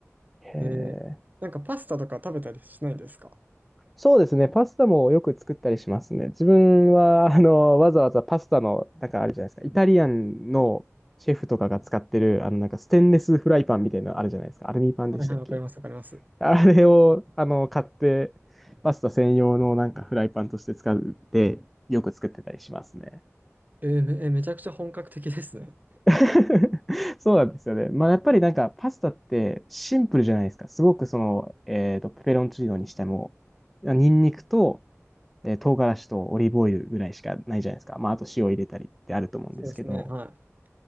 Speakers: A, in the centre; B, on the right.
A: へえ。
B: えーなんかパスタとか食べたりしないですか
A: そうですね。パスタもよく作ったりしますね。自分は、あの、わざわざパスタの、なんかあるじゃないですか。イタリアンのシェフとかが使ってる、あの、なんかステンレスフライパンみたいなのあるじゃないですか。アルミパンでしたっけ
B: はいはい、わかります、わかります。
A: あれを、あの、買って、パスタ専用のなんかフライパンとして使って、よく作ってたりしますね。
B: えーめ、えーめちゃくちゃ本格的ですね。
A: <laughs> そうなんですよね。まあ、やっぱりなんか、パスタってシンプルじゃないですか。すごくその、えっと、ペペロンチーノにしても、ニンニクと、えー唐辛子とオリーブオイルぐらいしかないじゃないですか。まあ、あと塩入れたりってあると思うんですけど、
B: そうですね、はい。